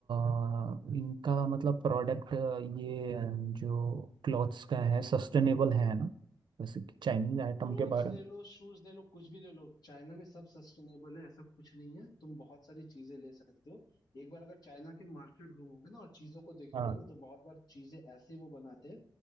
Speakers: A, on the right (about 75°); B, on the left (about 60°).
A: अ, इनका मतलब प्रोडक्ट ये अ, जो क्लॉथ्स का है सस्टेनेबल है ना जैसे चाइनीज आइटम
B: क्लोथ्स
A: के बारे में
B: ले लो शूज ले लो कुछ भी ले लो चाइना में सब सस्टेनेबल है ऐसा कुछ नहीं है तुम बहुत सारी चीजें ले सकते हो एक बार अगर चाइना के मार्केट घूमोगे ना और चीजों को देखोगे
A: हाँ
B: ना तो बहुत बार चीजें ऐसे वो बनाते हैं